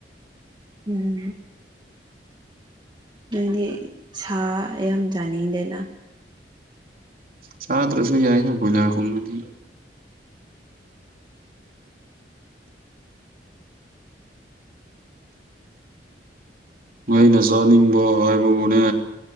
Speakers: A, on the right (about 25°); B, on the right (about 55°).
A: ꯎꯝ ꯅꯪꯗꯤ ꯁꯥ ꯌꯥꯝ ꯆꯥꯅꯤꯡꯗꯦꯅ
B: ꯆꯥꯗ꯭ꯔꯁꯨ ꯌꯥꯏꯅ ꯕꯣꯏꯂꯔꯒꯨꯝꯕꯗꯤ ꯑꯩꯅ ꯆꯥꯅꯤꯡꯕ ꯍꯥꯏꯕꯕꯨꯅꯦ